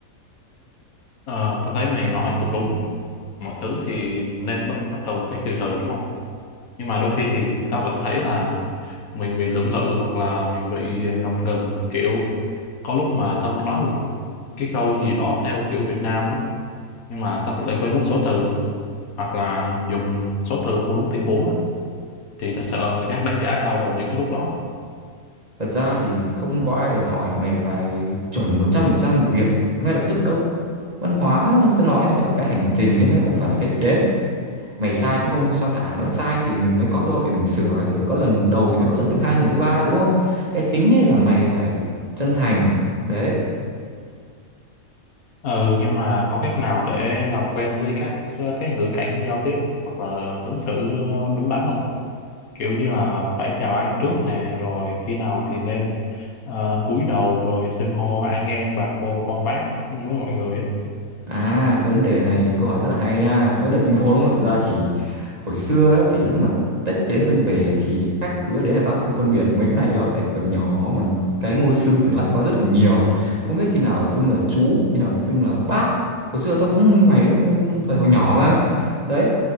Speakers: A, on the left; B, on the right.
A: Ờ, tao thấy mày nói cũng đúng mọi thứ thì nên bắt bắt đầu một cách từ từ đúng không nhưng mà đôi khi thì tao vẫn thấy là mình bị lưỡng lự hoặc là mình bị ngập ngừng kiểu có lúc mà tao muốn nói một cái câu gì đó theo kiểu Việt Nam á nhưng mà tao lại quên mất số từ hoặc là dùng số từ không đúng tình huống á thì tao sợ người khác đánh giá tao vào những cái lúc đó
B: thật ra thì không có ai đòi hỏi mày phải chuẩn 100% người Việt ngay lập tức đâu văn hóa như tao nói nãy là cái hành trình ấy nó không phải là cái đích đến mày sai cũng không sao cả nói sai thì mình mới có cơ hội để mình sửa chứ phải có lần đầu thì mới có lần thứ hai lần thứ ba đúng không cái chính ấy là mày phải chân thành đấy
A: ừ nhưng mà có cách nào để làm quen với các ờ, cái ngữ cảnh giao tiếp hoặc là ứng xử ờ, đúng đắn không kiểu như là phải chào ai trước nè rồi khi nào thì nên ờ, cúi đầu rồi xưng hô anh em bà cô con bác với mọi người á
B: À, cái vấn đề này câu hỏi rất là hay nha. Cái vấn đề sinh hô đúng không? Thật ra thì hồi xưa á, thì lúc mà Tết đến xuân về thì khách khứa đến là tao cũng không phân biệt được mấy cái này đâu tại vì còn nhỏ mà cái ngôi xưng thì nó lại có rất là nhiều. Không biết khi nào xưng là chú, khi nào xưng là bác. Hồi xưa tao cũng như mày ấy, thời hồi nhỏ mà. Đấy.